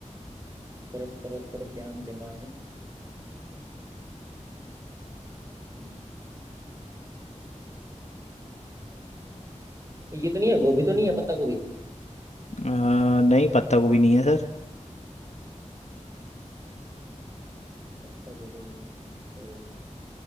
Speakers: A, on the right; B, on the left.
A: परत परत पर ज्ञान जमा है हम्म, ये तो नहीं है गोभी तो नहीं है पत्ता गोभी
B: अ, नहीं पत्ता गोभी नहीं है सर
A: पत्ता गोभी नहीं है तो